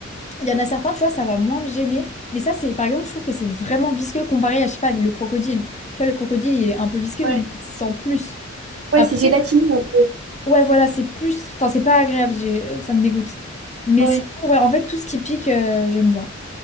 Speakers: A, on the left; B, on the right.
A: il y en a certains, tu vois, ça va moins me gêner. Mais ça, c'est par exemple, je trouve que c'est vraiment visqueux comparé à, je sais pas, le crocodile. Tu vois, le crocodile, il est un peu visqueux,
B: Ouais,
A: mais sans plus.
B: ouais,
A: Après,
B: c'est gélatineux un peu.
A: ouais, voilà, c'est plus. Enfin, c'est pas agréable, j'ai- euh, ça me dégoûte. Mais
B: Ouais.
A: sinon, ouais, en fait, tout ce qui pique, euh, j'aime bien.